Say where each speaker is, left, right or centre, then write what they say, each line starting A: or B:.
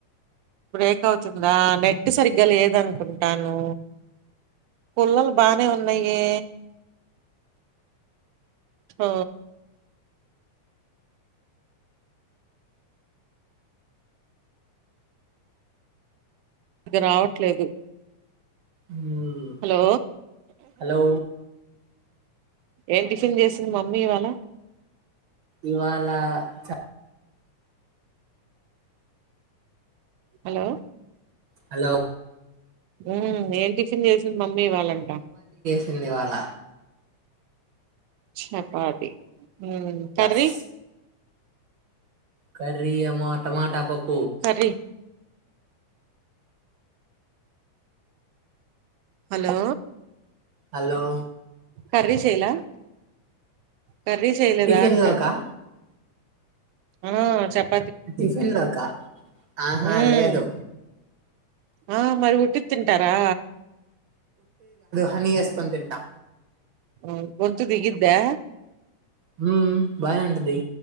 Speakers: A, on the right; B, on the right.
A: బ్రేక్ అవుతుందా నెట్ నెట్ సరిగ్గా లేదనుకుంటాను. పుల్లలు బానే ఉన్నాయే హ ఇగ రావట్లేదు.
B: ఉమ్
A: హలో!
B: హలో
A: ఏం టిఫిన్ చేసింది మమ్మీ ఇవాళ
B: ఇవాళ చ
A: హలో
B: హలో
A: ఉ ఏం టిఫిన్ చేసింది మమ్ మివాళ్ళంట
B: సింది ఇవాళ
A: చపాతి ఉం కర్రీ?
B: యస్ కర్రీ ఏమో టమాటా పప్
A: కర్రీ హలో
B: హలో
A: కర్రీ చైల కర్రీ చేయలేదా
B: టిఫిన్
A: అంటా
B: లోకా
A: ఆ చెప్
B: టిఫిన్ లోకా ఆహా
A: మ్మ్
B: లేదు
A: ఆ మరి ఉట్టిద్ తింటారా
B: హని ఏస్కొని తింటా
A: ఉ గొంతు దిగిద్దా?
B: హు బానె ఉంటది.